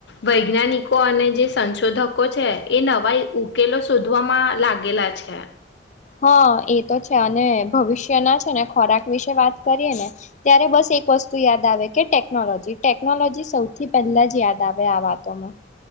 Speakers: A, on the left; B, on the left.
A: વૈજ્ઞાનિકો અને જે સંશોધકો છે એ નવાય ઉકેલો શોધવામાં લાગેલા છે
B: હા એ તો છે અને ભવિષ્યના છે ને ખોરાક વિશે વાત કરીએ ને ત્યારે બસ એક વસ્તુ યાદ આવે કે ટેકનોલોજી ટેકનોલોજી સૌથી પહેલા જ યાદ આવે આ વાતોમાં